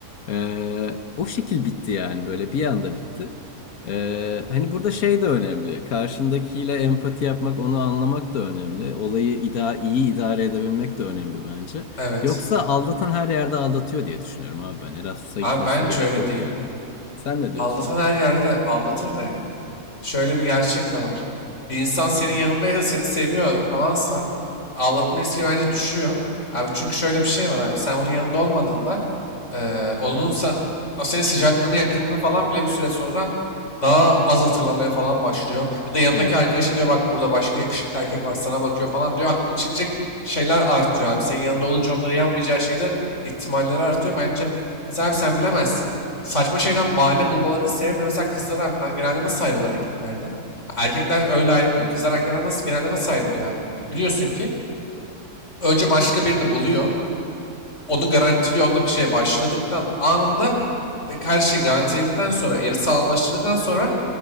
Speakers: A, on the left; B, on the left.
A: Ee, o şekil bitti yani böyle bir anda bitti. Ee, hani burada şey de önemli. Karşındakiyle empati yapmak, onu anlamak da önemli. Olayı ida iyi idare edebilmek de önemli bence.
B: Evet.
A: Yoksa aldatan her yerde aldatıyor diye düşünüyorum abi ben. Erasmus'a
B: Abi
A: gitmesine
B: bence
A: gerek
B: öyle
A: yok
B: değil.
A: yani. Sen ne diyorsun?
B: Aldatan her yerde aldatır da yani. şöyle bir gerçek de var. Bir insan senin yanındaysa seni seviyor falansa aldatma riski bence düşüyor. Abi çünkü şöyle bir şey var abi. Sen onun yanında olmadığında eee onun sa- o senin sıcaklığını, yakınlığını falan bile bir süre sonra daha az hatırlamaya falan başlıyor. Ya da yanındaki
A: Hı.
B: arkadaşı diyor bak burada başka yakışıklı erkek var sana bakıyor falan diyor. Aklını çelecek şeyler artıyor abi. Senin yanında olunca onları yanmayacağı şeyler ihtimalleri artıyor. Bence mesela abi sen bilemezsin saçma şeyden bahane bulmalarının sebebi mesela kızlar abi genelde nasıl ayrılıyor erkeklerden? Erkekler öyle ayrılmıyor. Kızlar erkeklerden nasıl genelde nasıl ayrılıyor abi? Biliyorsun ki önce başka birini buluyor. Onu garantiliyor. Onunla bir şeye başladıktan anında e, her şey garantiledikten sonra, yarı sağlamlaştırdıktan sonra